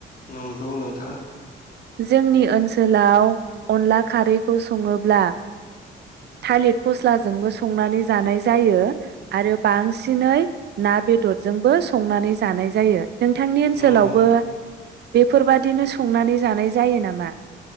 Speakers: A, on the left (about 45°); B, on the right (about 55°).
A: नंगौ नोंथां।
B: जोंनि ओनसोलाव अनला खारैखौ सङोब्ला थालिर फस्लाजोंबो संनानै जानाय जायो आरो बांसिनै ना बेदरजोंबो संनानै जानाय जायो। नोंथांनि ओनसोलावबो
A: नंगौ
B: बेफोरबादिनो संनानै जानाय जायो नामा?